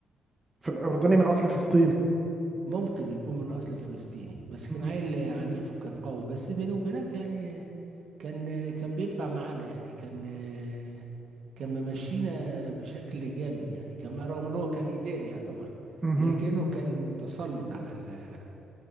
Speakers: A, on the right; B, on the right.
A: في الأردني من أصل فلسطيني
B: ممكن يكون
A: مم.
B: من أصل فلسطيني بس
A: مم.
B: كان عيل عنيف وكان قوي بس بيني وبينك يعني كان كان بينفع معانا يعني كان آه، كان ممشينا بشكل جامد يعني كان رغم إن هو كان إداري يعتبر
A: مهم.
B: لكنه كان متسلط على ال...